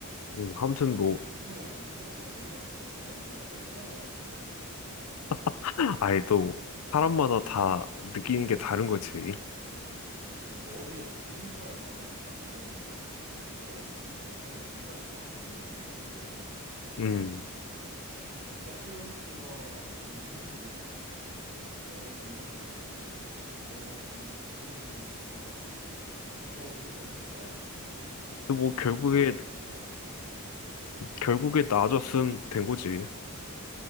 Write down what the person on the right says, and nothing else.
내,
내 고통은 생각보다 별게 아니었나? 난 그냥 칼 째자마자 아팠는데?
난,
그리고 머리에 백린탄을 맞은 딱 그런 느낌 알아? 그런 고통이 있어. 나 칼 진짜 싫어하는데, 안 그래도 몸에 칼 대는 거.
근데 진짜 싫어했지만 공부하기 위해서 병원을 갔는데 병원 선생님이 참 안타까운 시술을 해줬다.
지금
생각하면 진짜 뭐
물을
넣은 게 아닌가.